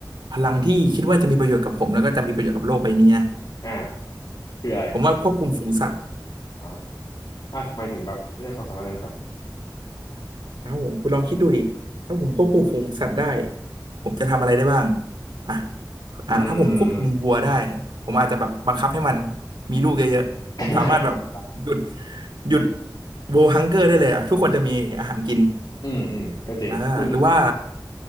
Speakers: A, on the right; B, on the left.
A: พลังที่คิดว่าจะมีประโยชน์กับผมแล้วก็จะมีประโยชน์กับโลกใบนี้นะ
B: อ่าคืออะไร
A: ผมว่าควบคุมฝูงสัตว์
B: อ่าอ่าทำไมถึงแบบเรียกความสามารถนั้นนะครับ
A: ครับผมคุณลองคิดดูดิถ้าผมควบคุมฝูงสัตว์ได้ผมจะทำอะไรได้บ้างอ่ะอ่าถ้าผมควบคุมวัวได้
B: อืม
A: ผมอาจจะแบบบังคับให้มันมีลูกเยอะๆผมสามารถแบบหยุด
B: <laughs>
A: หยุดโวฮังเกอร์ได้เลยอ่ะทุกคนจะมีอาหารกิน
B: อืมอืมก็จริงคุณ
A: อ่าหรือว่า